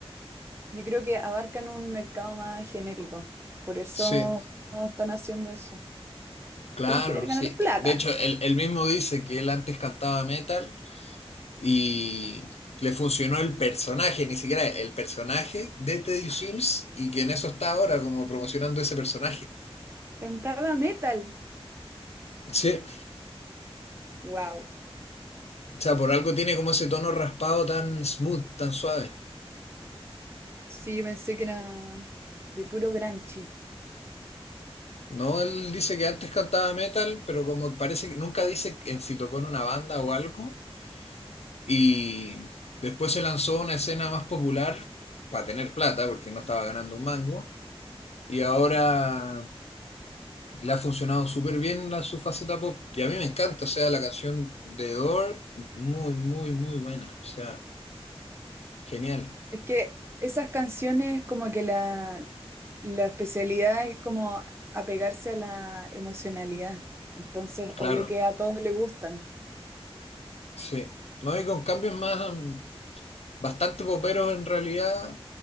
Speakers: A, on the right; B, on the left.
A: Yo creo que abarcan un mercado más genérico. Por eso
B: Sí,
A: no están haciendo eso.
B: claro,
A: Deben querer ganar
B: sí.
A: plata.
B: De hecho, él, él mismo dice que él antes cantaba metal y le funcionó el personaje, ni siquiera él, el personaje de Teddy Swims y que en eso está ahora como promocionando ese personaje.
A: Cantaba metal.
B: Sí,
A: Wow.
B: o sea, por algo tiene como ese tono raspado tan smooth, tan suave.
A: Sí, yo pensé que era de puro granchi.
B: No, él dice que antes cantaba metal, pero como parece que nunca dice en si tocó en una banda o algo. Y después se lanzó a una escena más popular para tener plata, porque no estaba ganando un mango. Y ahora le ha funcionado súper bien la, su faceta pop. Y a mí me encanta, o sea, la canción de Door, muy, muy, muy buena. O sea, genial,
A: Es que esas canciones como que la, la especialidad es como apegarse a la emocionalidad. Entonces,
B: claro,
A: obvio que a todos les gustan.
B: sí. No, y con cambios más, mm, bastante poperos en realidad.